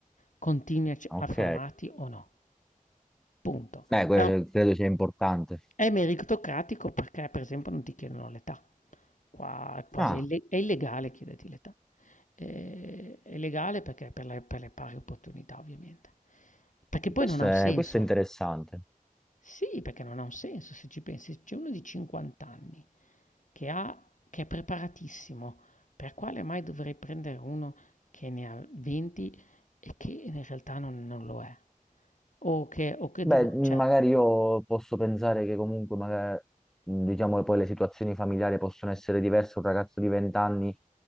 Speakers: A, on the left; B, in the centre.
A: Continui a, c-
B: Ok.
A: a formarti o no. Punto.
B: Eh, que-
A: Da-
B: credo sia importante.
A: è meritocratico perché, per esempio, non ti chiedono l'età. Qua è quasi
B: Ah,
A: ille è illegale chiederti l'età. Ehm, è legale perché per le per le pari opportunità, ovviamente. Perché poi
B: questo
A: non ha un
B: è,
A: senso.
B: questo è interessante.
A: Sì, perché non ha un senso se ci pensi. C'è uno di 50 anni che ha che è preparatissimo, per quale mai dovrei prendere uno che ne ha 20 e che in realtà non non lo è? O che o che
B: Beh,
A: devo
B: mh,
A: cioè
B: magari io posso pensare che comunque, magari, mh, diciamo che poi le situazioni familiari possono essere diverse. Un ragazzo di 20 anni